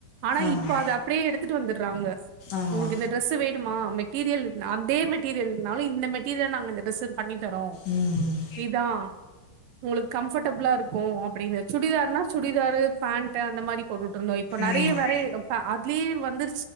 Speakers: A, on the right; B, on the left.
A: ஆனா
B: ஆமா,
A: இப்ப அது அப்டியே எடுத்துட்டு வந்து ராங்க
B: ஆமா.
A: உங்களுக்கு இந்த டிரெஸ்ஸு வேணுமா மெட்டீரியல் இருந்து அதே மெட்டீரியல்னா <unintelligible> இந்த மெட்டரியல் நாங்க இந்த ட்ரஸ்ஸு பண்ணி தரோம்
B: ம்,
A: இதான் உங்களுக் கம்ஃபர்டபுலா இருக்கு அப்டீனு சுடிதார்னா சுடிதாரு பேண்ட்டு அந்த மாரி போட்டுட்டுருந்தோம் இப்ப நெறைய
B: ஆமா.
A: வரே அப்பா அதுலே வந்த